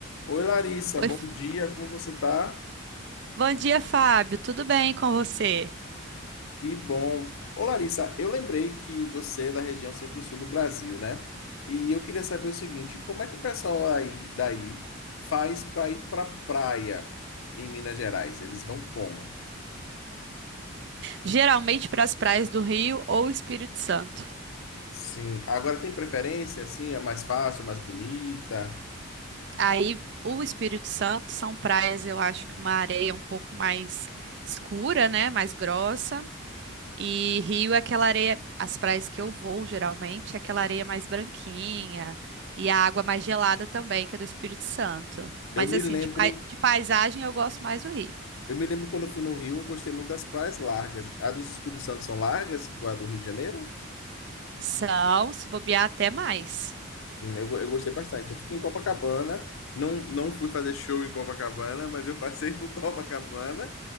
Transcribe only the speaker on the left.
Oi, Larissa,
bom
dia, como você tá?
Que bom. Ô, Larissa, eu lembrei que você é da região centro-sul do Brasil, né? E eu queria saber o seguinte, como é que o pessoal aí daí faz para ir para praia em Minas Gerais? Eles vão como?
Sim. Agora tem preferência, assim, é mais fácil, mais bonita?
Eu me
lembro,
eu me lembro quando eu fui no Rio, eu gostei muito das praias largas. A dos Espíritos Santo são largas, igual a do Rio de Janeiro?
Hum, Eu, go- eu gostei bastante. Eu fiquei em Copacabana, não, não fui fazer show em Copacabana, mas eu passei por <laughs> Copacabana